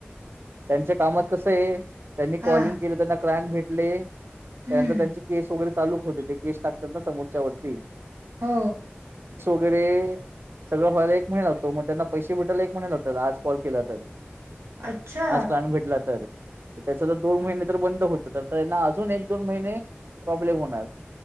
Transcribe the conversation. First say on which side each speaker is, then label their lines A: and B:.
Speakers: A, on the right; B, on the right.
A: त्यांच्या कामात कसय? त्यांनी
B: हा
A: कॉलिंग केले, त्यांना क्रॅन भेटले,
B: हम्म
A: त्यानंतर त्यांचे केस वगैरेऽऽ चालूक होते, ते केस टाकतात ना समोरच्या वरतीऽऽ
B: हो,
A: वगैरे,, सगळं व्हायला एक महिने लागतो,, मग त्यांना पैसे भेटायला एक महिना लागतो,, आज कॉल केला तरऽऽ
B: अच्छा
A: आज प्लॅन भेटला तर,, त्याच तरर दोन महिने तर बंद होत,, तर त्यांना अजून एक दोन महिने प्रॉब्लेम होणारऽऽ